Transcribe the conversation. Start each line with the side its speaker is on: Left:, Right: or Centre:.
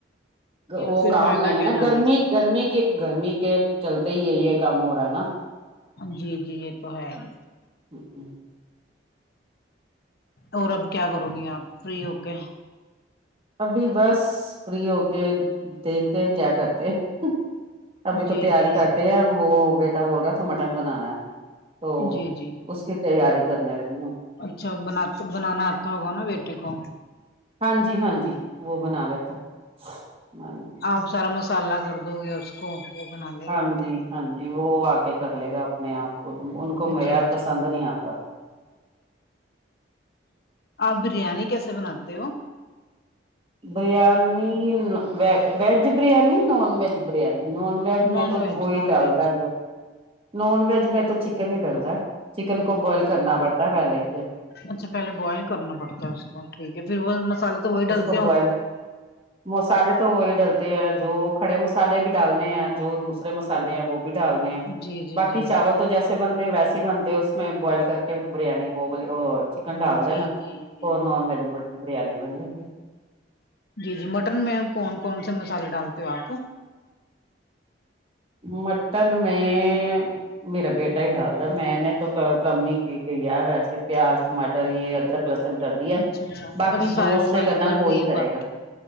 Right: وہ
Left: پھر
Right: کام
Left: فائدہ
Right: نہیں ہے
Left: کیا
Right: نا
Left: جانے
Right: گرمی گرمی کے گرمی کے چلتے ہی یہ کام ہو رہا ہے نا
Left: جی جی یہ تو ہے ہی
Right: ہوں ہوں
Left: اور اب کیا کرو گی آپ فری ہو کے
Right: ابھی بس فری ہو کے دیکھتے ہیں کیا کرتے ہیں ابھی تو
Left: جی
Right: پیاز
Left: جی
Right: کاٹے ہیں وہ بیٹا بول رہا تھا مٹن بنانا تو
Left: جی جی
Right: اس کی تیاری کرنے لگی ہوں
Left: اچھا بنات بنانا آتا ہوگا نا بیٹے کو
Right: ہاں جی ہاں جی وہ بنا لیتا ہاں ج
Left: آپ سارا مسالہ کر دو گے اس کو وہ بنا لے
Right: ہاں
Left: گا آ
Right: جی
Left: کے
Right: ہاں جی وہ آ کے کر لے گا میں آپ تو کوودوں ان کو میرے
Left: جی جی
Right: پسند نہیں آتا
Left: آپ بریانی کیسے بناتے ہو
Right: biryani veg biryani non veg biryani non veg میں
Left: نان
Right: تو
Left: ویج
Right: وہی
Left: نان
Right: ڈال
Left: ویج
Right: د جو نان ویج میں تو چکن ہی ڈلتا ہے چکن کو بوائل کرنا پڑتا ہے پہلے سے
Left: اچھا پہلے بوائل کرنا پڑتا ہے اس کو ٹھیک ہے پھر وہ مسالے تو وہی ڈلتا
Right: بائل مسالے تو وہی ڈلتے ہیں جو کھڑے مسالے بھی ڈالنے ہیں جو دوسرے مسالے ہیں وہ بھی ڈالنے ہیں
Left: جی جی
Right: بقی
Left: جی
Right: چاول تو جیسے بنتے ہو ویسے بنتے اس میں بوائل کر کے بریانی وہ بول چکن ڈال د
Left: جی
Right: نا
Left: جی جی
Right: اور نان ویج بریانی بن جاتتی
Left: جی جی مٹن میں کون کون سے مسالے ڈالتے ہو آپ
Right: مٹن میں میرا بیٹا ہی ڈال میں نے تو کب کمی کی گئی ہے ویسے پیاز ٹماٹر یے ادرک لہسن سن کردیا
Left: اچھا اچھا
Right: باقی
Left: اچھا سارے
Right: جو اس
Left: مسالے
Right: نے کرنا
Left: کر
Right: وہ وہی
Left: دیے
Right: کرے
Left: باقی
Right: گا